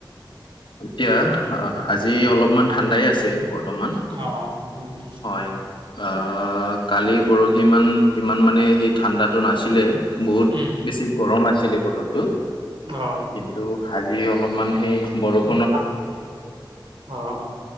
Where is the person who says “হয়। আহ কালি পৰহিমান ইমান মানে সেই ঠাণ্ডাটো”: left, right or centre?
Left